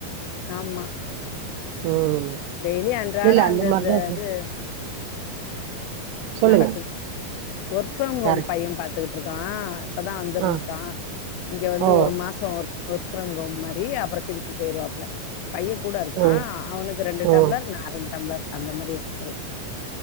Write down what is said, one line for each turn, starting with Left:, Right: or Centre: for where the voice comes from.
Left: ஆம்மா
Right: ம்
Left: டெய்லியு அன்றாடோ
Right: இல்ல
Left: அந்த
Right: மாரிதா
Left: அந்த
Right: இருக்கு.
Left: இது
Right: சொல்லுங்க
Left: நடக்கும் ஒர்க் ஃப்ரம் ஹோம்
Right: கரெக்ட்
Left: பைய பாத்துகிட்ருக்கா இப்பதா வந்திருந்
Right: ஆ
Left: கா இங்க வந்து
Right: ஓ
Left: ஒரு மாசோ ஒர் ஒர்க் ஃப்ரம் ஹோம் மாரி அப்றோ திருப்பி போய்ருவாப்ல பைய கூட இருக்கா
Right: ம்
Left: அவனுக்கு ரண்டு
Right: ம்
Left: டம்ளர் நா ரண் டம்ளர் அந்த மாரி எட்த்துகிறத்